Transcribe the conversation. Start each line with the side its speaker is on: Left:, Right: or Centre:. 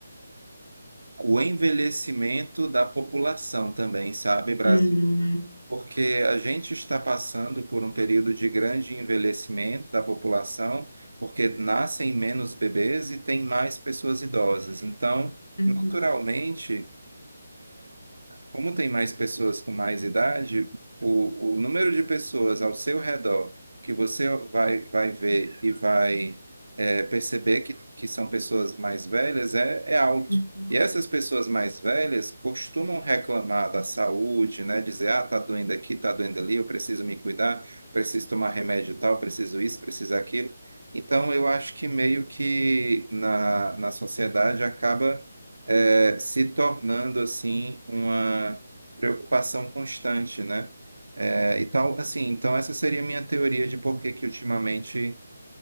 Right: o envelhecimento da população também, sabe, Brasil?
Left: Hum,
Right: Porque a gente está passando por um período de grande envelhecimento da população, porque nascem menos bebês e tem mais pessoas idosas. Então,
Left: uhum,
Right: naturalmente, Como tem mais pessoas com mais idade, o, o número de pessoas ao seu redor que você vai, vai ver e vai é, perceber que, que são pessoas mais velhas é, é alto.
Left: uhum,
Right: E essas pessoas mais velhas costumam reclamar da saúde, né? Dizer, ah, tá doendo aqui, tá doendo ali, eu preciso me cuidar, preciso tomar remédio tal, preciso isso, preciso aquilo. Então, eu acho que meio que na, na sociedade acaba é, se tornando assim uma preocupação constante, né? É, e tal, assim, então essa seria a minha teoria de por que que ultimamente